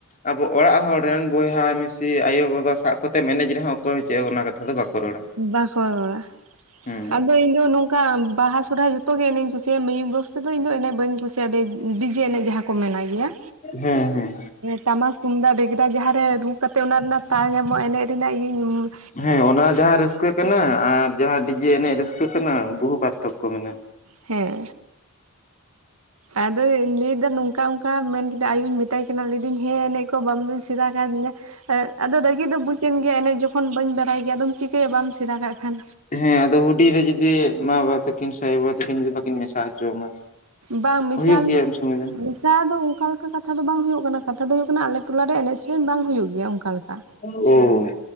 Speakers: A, on the left; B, on the right.
A: ᱟᱵᱚ ᱚᱲᱟᱜ ᱦᱚᱲ ᱨᱮᱱ ᱵᱚᱭᱦᱟ, ᱢᱤᱥᱤ, ᱟᱭᱳ, ᱵᱟᱵᱟᱼᱼ ᱥᱟᱵ ᱠᱟᱛᱮᱢ ᱮᱱᱮᱡᱽ ᱨᱮᱦᱚᱸ, ᱚᱠᱚᱭ ᱦᱚᱸ ᱪᱮᱫ ᱚᱱᱟ ᱠᱟᱛᱷᱟ ᱫᱚ ᱵᱟᱠᱚ ᱨᱚᱲᱟ᱾
B: ᱵᱟᱠᱚ ᱨᱚᱲᱟ᱾
A: ᱦᱮᱸ
B: ᱟᱫᱚ ᱤᱧ ᱫᱚ ᱱᱚᱝᱠᱟ ᱵᱟᱦᱟ, ᱥᱚᱨᱦᱟᱭ ᱡᱷᱚᱛᱜᱮ ᱮᱱᱮᱡᱽ ᱤᱧ ᱠᱩᱥᱤᱭᱟᱜᱼᱟ᱾ ᱢᱟᱹᱭᱩᱠ ᱵᱚᱠᱥᱼᱼ ᱥᱩᱫᱷᱩ ᱤᱧᱫᱚ ᱮᱱᱮᱡᱽ ᱵᱟᱹᱧ ᱠᱩᱥᱤᱭᱟᱜᱼᱟ᱾ ᱰᱤᱡᱮ ᱮᱱᱮᱡᱽ ᱡᱟᱦᱟᱸ ᱠᱚ ᱢᱮᱱᱟᱜ ᱜᱮᱭᱟ᱾
A: ᱦᱮᱸ ᱦᱮᱸ
B: ᱴᱟᱢᱟᱠᱼᱼ ᱛᱩᱢᱫᱟᱜ, ᱵᱮᱜᱽᱲᱟ ᱡᱟᱦᱟᱸ ᱨᱮ ᱨᱩ ᱠᱟᱛᱮ, ᱚᱱᱟ ᱨᱮᱱᱟᱜ ᱛᱟᱣ ᱧᱟᱢᱚᱜᱼᱟ᱾ ᱮᱱᱮᱡᱽ ᱨᱮᱱᱟᱜ ᱤᱭᱟᱹᱧᱼᱼ
A: ᱦᱮᱸ ᱚᱱᱟ ᱡᱟᱦᱟᱸ ᱨᱟᱹᱥᱠᱟᱹ ᱠᱟᱱᱟ᱾ ᱟᱨ ᱡᱟᱦᱟᱸ ᱰᱤᱡᱮ ᱮᱱᱮᱡᱽ ᱨᱟᱹᱥᱠᱟᱹ ᱠᱟᱱᱟ᱾ ᱵᱚᱦᱩ ᱯᱟᱨᱛᱷᱚᱠᱠᱚ ᱢᱮᱱᱟᱜᱼᱟ᱾
B: ᱦᱮᱸ᱾ ᱟᱫᱚᱧ ᱞᱟᱹᱭᱫᱟ, ᱱᱚᱝᱠᱟ ᱚᱱᱠᱟ ᱢᱮᱱ ᱠᱮᱫᱟ ᱟᱭᱩᱧ ᱢᱮᱛᱟᱭ ᱠᱟᱱᱟ ᱾ᱞᱟᱹᱭ ᱫᱟᱹᱧ ᱦᱮᱸ ᱮᱱᱮᱡᱽ ᱠᱚ ᱵᱟᱢ ᱥᱮᱬᱟ ᱠᱟᱣ ᱫᱤᱧᱟ᱾ ᱟᱫᱚ ᱨᱟᱹᱜᱤ ᱫᱚ ᱵᱩᱡᱮᱱ ᱜᱮᱭᱟ ᱮᱱᱮᱡᱽ ᱡᱚᱠᱷᱚᱱ ᱵᱟᱹᱧ ᱵᱟᱲᱟᱭ ᱜᱮᱭᱟ᱾ ᱟᱫᱚᱢ ᱪᱤᱠᱟᱹᱭᱟ ᱵᱟᱢ ᱥᱮᱬᱟ ᱠᱟᱜ ᱠᱷᱟᱱ᱾
A: ᱦᱮᱸ, ᱟᱫᱚ ᱦᱩᱰᱤᱧ ᱨᱮ ᱡᱩᱫᱤ ᱢᱟ ᱵᱟᱵᱟ ᱛᱟᱹᱠᱤᱱ ᱥᱮ ᱟᱭᱳ ᱵᱟᱵᱟ ᱛᱟᱹᱠᱤᱱ᱾ ᱡᱩᱫᱤ ᱵᱟᱹᱠᱤᱱ ᱢᱮᱥᱟ ᱦᱚᱪᱚᱣᱟᱢᱟ᱾
B: ᱵᱟᱝ <unintelligible>
A: ᱦᱩᱭᱩᱜ ᱜᱮᱭᱟ ᱩᱱ ᱥᱚᱢᱚᱭ ᱫᱚ
B: ᱠᱟᱛᱷᱟ ᱫᱚ ᱚᱱᱠᱟ ᱞᱮᱠᱟ ᱠᱟᱛᱷᱟ ᱫᱚ ᱵᱟᱝ ᱦᱩᱭᱩᱜ ᱠᱟᱱᱟ᱾ ᱠᱟᱛᱷᱟ ᱫᱚ ᱦᱩᱭᱩᱜ ᱠᱟᱱᱟ ᱟᱞᱮ ᱴᱚᱞᱟ ᱨᱮ ᱮᱱᱮᱡᱽ ᱥᱮᱨᱮᱧ ᱵᱟᱝ ᱦᱩᱭᱩᱜ ᱜᱮᱭᱟ ᱚᱱᱠᱟ ᱞᱮᱠᱟ᱾
A: ᱦᱩᱸ